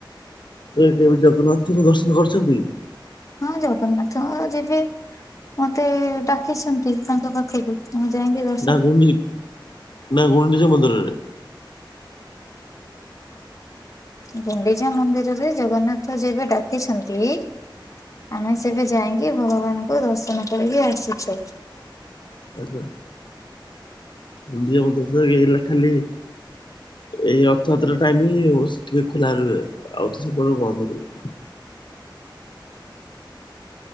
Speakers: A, on the left (about 70°); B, on the left (about 40°).
A: ଏ କେବେ ଜଗନ୍ନାଥଙ୍କୁ ଦର୍ଶନ କରିଛନ୍ତି?
B: ହଁ ଜଗନ୍ନାଥ ହ ଯିବି ମତେ ଡାକିଛନ୍ତି ତାଙ୍କ ପାଖକୁ ମୁଁ ଯାଇଁକି ଦ
A: ନା ଗୁଣ୍ଡିରି ନା ଗୁଣ୍ଡିଚା ମନ୍ଦିରରେ।
B: ଗୁଣ୍ଡିଚା ମନ୍ଦିରରେ ଜଗନ୍ନାଥ ଯେବେ ଡାକିଛନ୍ତି ଆମେ ସେବେ ଯାଇକି ଭଗବାନଙ୍କୁ ଦର୍ଶନ କରିକି ଆସିଛୁ।
A: ଆଞା ମୁଡି ମ ହେଲା ଖାଲି <unintelligible> ଏଇ ରଥଯାତ୍ରା ଟାଇମ ହିଁ ଟିକେ ଖୋଲାରେ ରୁହେ ଆଉ ତ ସବୁବେଳେ ବନ୍ଦ ରୁହେ।